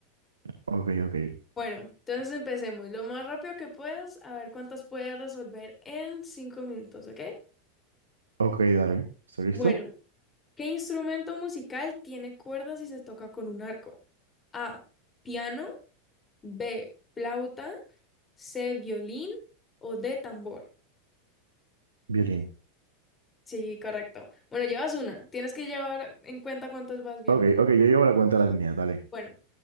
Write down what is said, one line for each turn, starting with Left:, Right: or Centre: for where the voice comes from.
Right: Ok, ok.
Left: Bueno, entonces empecemos lo más rápido que puedas, a ver cuántas puedes resolver en cinco minutos, ¿ok?
Right: Ok, dale. ¿Estás listo?
Left: Bueno, ¿qué instrumento musical tiene cuerdas y se toca con un arco? A, piano, B, flauta. C, violín o D, tambor.
Right: Violín.
Left: Sí, correcto. Bueno, llevas una. Tienes que llevar en cuenta cuántas vas bien.
Right: Ok,
Left: Bueno,
Right: ok, yo llevo la cuenta de las mías, dale.
Left: Bueno,